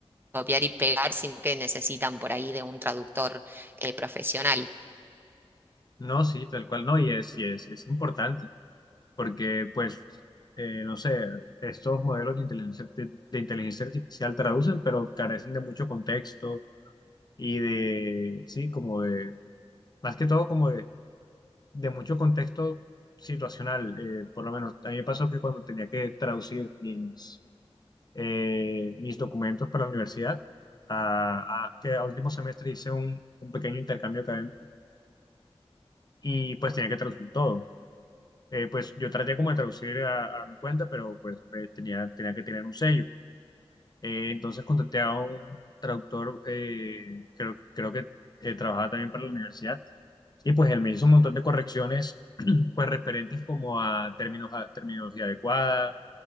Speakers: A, on the right; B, on the left.
A: copiar y pegar, sino que necesitan por ahí de un traductor eh, profesional.
B: No, sí, tal cual no, y es, y es, es importante, porque pues, eh, no sé, estos modelos de inteligencia, de, de inteligencia artificial traducen, pero carecen de mucho contexto y de, sí, como de, más que todo como de de mucho contexto situacional. eh, por lo menos a mí me pasó que cuando tenía que traducir mis, eh, mis documentos para la universidad, a, a- que al último semestre hice un, un pequeño intercambio académico y pues tenía que traducir todo. Eh, pues yo traté como de traducir a, a mi cuenta, pero pues me tenía, tenía que tener un sello. Eh, entonces contacté a un traductor, eh, creo, creo que eh, trabajaba también para la universidad, y pues él me hizo un montón de correcciones, <clears throat> pues referentes como a términos, a terminología adecuada